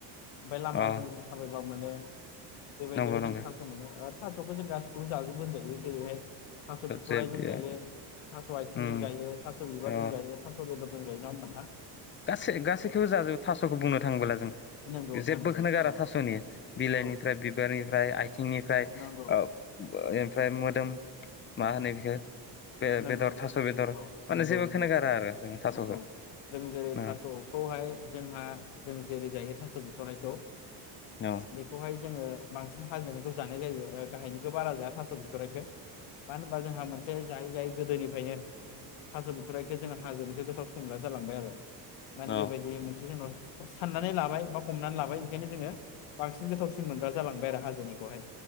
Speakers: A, on the left; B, on the left.
A: ओमफ्राय लामाजों
B: अ
A: थाबाय गोबां मोनो बेबायदियाव
B: नंगौ
A: जों
B: नंगौ
A: थास' मोनो आरो थास'बो जों गासिखौबो जाजोबबोजायो जेरैहाय थास' बिथ'रायदिोन
B: जे
A: गायो थ बायथिंजों
B: उम
A: जायो थास' बिबारजों
B: अ
A: जायो थास' गो जों जायो ना ह होना
B: गासै गासैखौबो जाजोबो थास'खौ बुंनो थाङबोला जों
A: नोंथां
B: जेबोखौनो गारा
A: ओ
B: थास'नि बिलाइनिफ्राय
A: नंगौ नोंथां नंगौ औ
B: बिबारनिफ्राय आथिंनिफ्राय
A: नंगौ
B: ओमफ्राय मोदोम मा होनो बेखौ बे
A: नंगौ
B: बेदर
A: नोंथां
B: थास' बेदर
A: औ
B: माने
A: नंगौ
B: जेबोखौोन
A: नंगौ
B: गारा आरो जों थास'खौ
A: नंगौ जों जेरै
B: न
A: थास'खौहाय जोंहा जों जेरै जै स दिथ'नायखौ
B: न
A: बेखौहाय जोङो बांसिन हाजोननिखौ जानाय जायो गाहायनिखौ बारा जाया थास' बिथराइखौो मानो होनबा जोंहा मोनसे जायै जायै गोदोनिफ्रायनो थास' बिथुथ्राइखौ जोङो हाजोनिखौ गोथाव सोमग्रा जालांबाय आरो माने
B: न
A: बेबायदि मोनसे जोंन' साननानै लाबाय बा हमनानै लाबाय ओंखायनो जोङो बांसिन गोथावसिन मोनग्रा जालांबाय आरो हाजोनिखौहाय